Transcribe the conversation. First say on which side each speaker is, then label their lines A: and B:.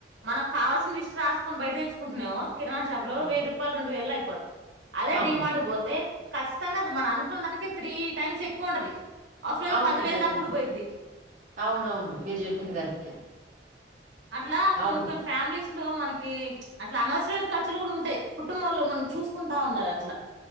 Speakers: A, on the right; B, on the right.
A: మనకు కావాల్సిన లిస్ట్ రాసుకొని బయట తెచ్చుకుంటున్నాము కిరాణా షాపులో
B: హ్మ్.
A: వెయ్యి రూపాయలు రెండు వేలలో అయిపోతుంది ప అదే
B: అవును.
A: డి మార్ట్ కి పోతే కష్టంగా మనం అనుకున్న దానికి త్రీ టైమ్స్ ఎక్కువ ఉండది అసలుతే
B: అవునండి.
A: పదివేలు
B: అదే.
A: దాగ కూడా పోయిద్ది
B: అవునవును మీరు చెప్పింది కరెక్టే
A: అట్లా
B: అవును.
A: కొన్ని కొన్ని ఫ్యామిలీస్ లో మనకి అట్లా అనవసరమైన ఖర్చులు కూడా ఉంటాయి కుటుంబంలో మనం చూసుకుంటా ఉండాలి అట్లా